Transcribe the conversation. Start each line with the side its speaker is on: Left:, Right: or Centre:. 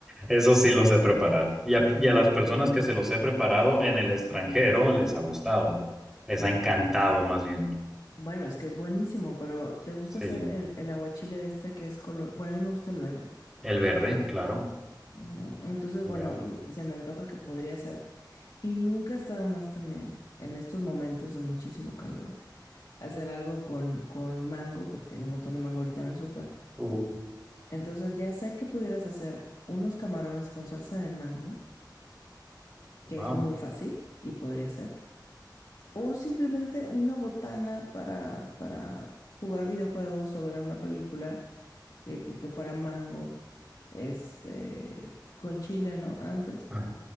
Centre: eso sí lo sé preparar. Y a, y a las personas que se los he preparado en el extranjero les ha gustado, les ha encantado más bien.
Left: Bueno, es que es buenísimo, pero ¿te gusta
Centre: Sí,
Left: hacer el, el aguachile de este que es color? Bueno, a mí me gusta el verde.
Centre: el verde, claro,
Left: Ujú. Entonces,
Centre: el
Left: bueno,
Centre: verde.
Left: mm, se me antoja que podría ser. Y nunca está de más también, en estos momentos de muchísimo calor, hacer algo con, con mango, porque hay un montón de mango ahorita en el súper.
Centre: Uh,
Left: Entonces ya sea que pudieras hacer unos camarones con salsa de mango, que
Centre: wow.
Left: es muy fácil y podría ser, o simplemente una botana para, para jugar videojuegos o ver una película que, que- que fuera mango, este, con chile, ¿no? Antes.
Centre: Ah,